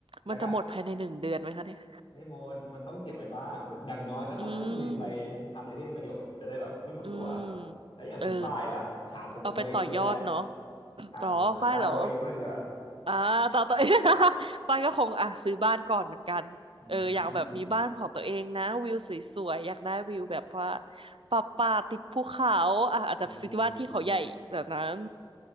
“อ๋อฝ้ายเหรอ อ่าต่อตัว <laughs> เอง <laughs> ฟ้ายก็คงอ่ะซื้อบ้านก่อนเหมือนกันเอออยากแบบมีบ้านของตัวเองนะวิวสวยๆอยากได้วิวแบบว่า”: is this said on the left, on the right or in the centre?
Right